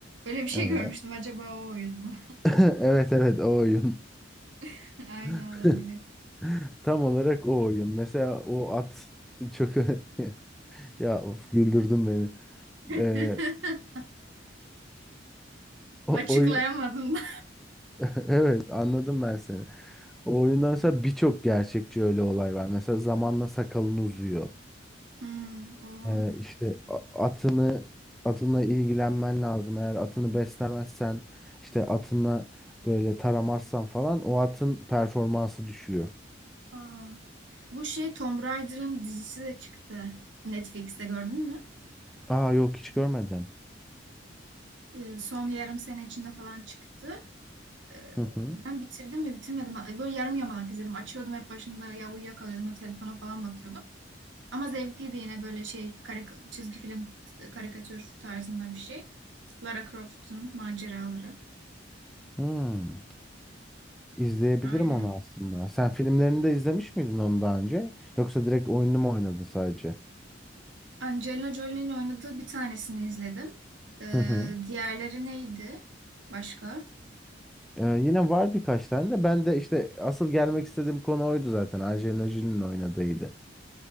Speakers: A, on the right; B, in the centre.
A: Böyle bir şey
B: Evet.
A: <laughs> görmüştüm. Acaba o oyun mu?
B: <laughs> Evet evet o oyun.
A: <laughs> Aynen
B: <laughs>
A: olabilir.
B: Tam olarak o oyun. Mesela o at çok <laughs> ya of güldürdün beni.
A: <laughs>
B: Ee, o
A: Açıklayamadım
B: oyun
A: da.
B: <laughs> evet anladım ben seni. O oyundan mesela birçok gerçekçi öyle olay var. Mesela zamanla sakalın uzuyor.
A: Hmm, oha.
B: Ee, işte a- atını atınla ilgilenmen lazım. Eğer atını beslemezsen işte atınla böyle taramazsan falan o atın performansı düşüyor.
A: Aa. Bu şey Tomb Raider'ın dizisi de çıktı. Netflix'te gördün mü?
B: Aa yok hiç görmedim.
A: Ee, son yarım sene içinde falan çıktı. Ee,
B: Hı hı.
A: Ben bitirdim mi bitirmedim. mi? Böyle yarım yamalak izledim. Açıyordum hep başında ya uyuyakalıyordum da telefona falan bakıyordum. Ama zevkliydi yine böyle şey karik çizgi film e, karikatür tarzında bir şey. Lara Croft'un maceraları.
B: Hmm. İzleyebilirim
A: Aynen.
B: onu aslında. Sen filmlerini de izlemiş miydin onu daha önce? Yoksa direkt oyununu mu oynadın sadece?
A: Angelina Jolie'nin oynadığı bir tanesini izledim. Ee,
B: Hı hı.
A: diğerleri neydi? Başka?
B: Ee, yine var birkaç tane de. Ben de işte asıl gelmek istediğim konu oydu zaten. Angelina Jolie'nin oynadığıydı.